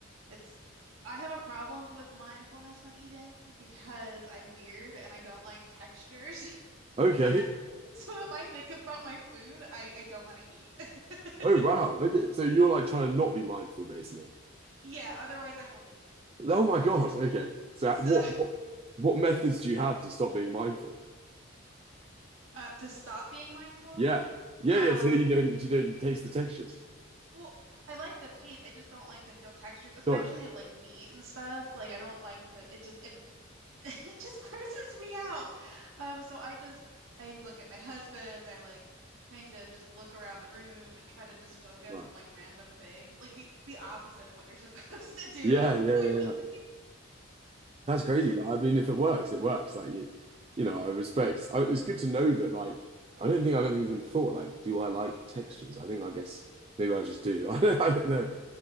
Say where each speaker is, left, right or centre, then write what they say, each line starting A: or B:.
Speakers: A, on the right; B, on the right.
A: it's I have a problem with mindfulness when eating because I'm weird and I don't like textures. <laughs>
B: okay.
A: So if I think about my food, I, I don't want to eat. <laughs>
B: Oh, wow. Okay. So you're like trying to not be mindful, basically.
A: Yeah, otherwise I won't eat.
B: Oh, my God. Okay. So
A: So
B: what, what, what methods do you have to stop being mindful?
A: <laughs> uh, to stop being mindful,
B: Yeah. Yeah.
A: um,
B: Yeah. So you don't, you don't taste the textures.
A: well, I like the taste. I just don't like to feel textures, especially
B: Got it.
A: of like meat and stuff. Like I don't like to. It just it <laughs> it just grosses me out. Um, so I just I look at my husband, I like kind of just look around the room and try to just focus
B: Nice.
A: on like random things. Like the the opposite of what you're <laughs> supposed to do
B: Yeah, yeah,
A: <laughs> when
B: yeah, yeah.
A: you,
B: That's crazy. Like, I mean, if it works, it works. Like you, you know, I respect. I, it's good to know that. Like, I don't think I've ever even thought like, do I like textures? I think I guess maybe I just do. <laughs> I don't, I don't know.